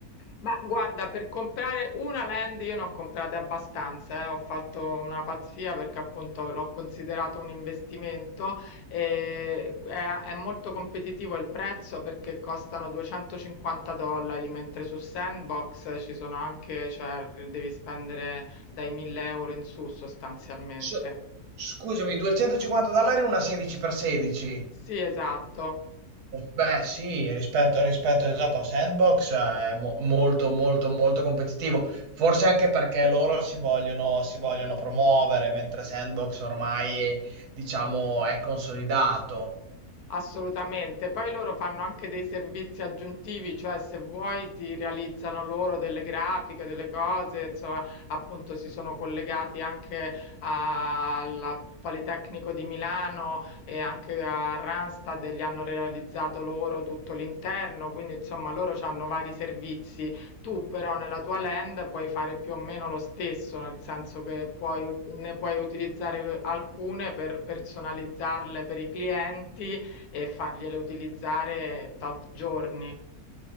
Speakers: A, on the left (about 75°); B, on the right (about 80°).
A: Ma guarda, per comprare una land io ne ho comprate abbastanza, eh, Ho fatto una pazzia perché appunto l'ho considerato un investimento e è, è molto competitivo il prezzo perché costano 250 dollari, mentre su Sandbox ci sono anche, cioè devi spendere dai 1000 euro in su sostanzialmente.
B: S- Scusami, 250 dollari una 16x16.
A: Sì, esatto.
B: Beh, sì, rispetto, rispetto esatto a Sandbox eh, è mo- molto, molto, molto competitivo. Forse anche perché loro si vogliono, si vogliono promuovere, mentre Sandbox ormai, diciamo, è consolidato.
A: Assolutamente, poi loro fanno anche dei servizi aggiuntivi, cioè se vuoi ti realizzano loro delle grafiche, delle cose, insomma, appunto si sono collegati anche al Politecnico di Milano e anche a Randstad e gli hanno realizzato loro tutto l'interno, quindi insomma loro hanno vari servizi. Tu però nella tua land puoi fare più o meno lo stesso, nel senso che puoi, ne puoi utilizzare alcune per personalizzarle per i clienti e fargliela utilizzare tot giorni.